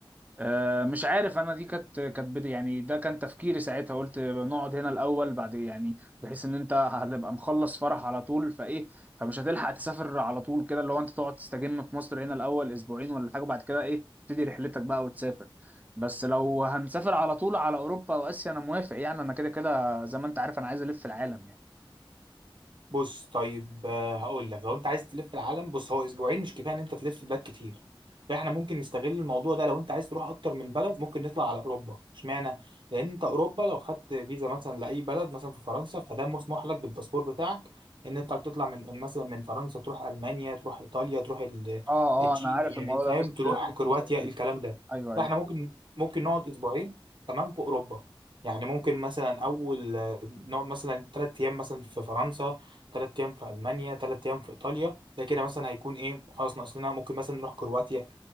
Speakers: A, on the right; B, on the right.
A: آه، مش عارف انا دي كانت كانت بدي يعني ده كان تفكيري ساعتها قلت نقعد هنا الاول بعد يعني بحيث ان انت هتبقى مخلص فرح على طول فايه فمش هتلحق تسافر على طول كده لو انت تقعد تستجم في مصر هنا الاول اسبوعين ولا حاجه بعد كده ايه تبتدي رحلتك بقى وتسافر بس لو هنسافر على طول على اوروبا واسيا انا موافق يعني انا كده كده زي ما انت عارف انا عايز الف العالم يعني
B: بص طيب آه، هقول لك لو انت عايز تلف العالم بص هو اسبوعين مش كفايه ان انت تلف البلاد كتير فاحنا ممكن نستغل الموضوع ده لو انت عايز تروح اكتر من بلد ممكن نطلع على اوروبا اشمعنى لان انت اوروبا لو خدت فيزا مثلا لاي بلد مثلا في فرنسا فده مسموح لك بالباسبور بتاعك ان انت تطلع من مثلا من فرنسا تروح المانيا تروح ايطاليا تروح ال-
A: اه
B: التشيل
A: اه انا عارف الموضوع
B: يعني فاهم
A: ده فيست
B: تروح
A: فيست
B: كرواتيا الكلام ده
A: ايوه ايوه
B: فاحنا ممكن ممكن نقعد اسبوعين تمام في اوروبا يعني ممكن مثلا اول آه، نقعد مثلا ثلاث ايام مثلا في فرنسا تلات أيام في ألمانيا تلات أيام في إيطاليا ده كده مثلا هيكون إيه خلاص ناقص لنا ممكن مثلا نروح كرواتيا